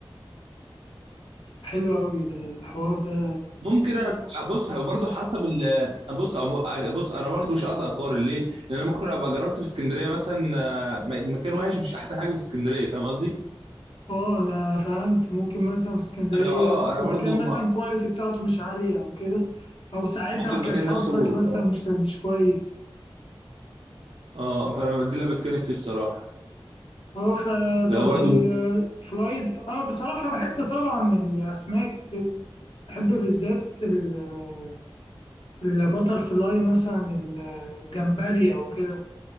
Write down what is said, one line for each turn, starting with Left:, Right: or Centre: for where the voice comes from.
Left: حلو قوي ده الحوار ده
Right: ممكن انا بص هو برضه حسب ال آه، بص أو- آه، بص انا برضه مش هقدر اقارن ليه؟ لان انا ممكن ابقى جربت في اسكندريه مثلا آه، المكان وحش مش احسن حاجه في اسكندريه فاهم قصدي؟
Left: اه انا فهمت ممكن مثلا في اسكندريه
Right: انا اه
Left: رحت
Right: انا
Left: مكان
Right: برضه
Left: مثلا
Right: ما-
Left: الكواليتي بتاعته مش عاليه او كده او ساعتها
Right: ممكن المكان
Left: كان حظك
Right: نفسه
Left: مثلا
Right: اه
Left: مش مش كويس
Right: آه، فانا دي اللي بتكلم فيه الصراحه
Left: اه فطب
Right: ده برضه
Left: الفرايد اه بصراحه بحب طبعا الاسماك وكده بحب بالذات ال- البتر فلاي مثلا الجمبري او كده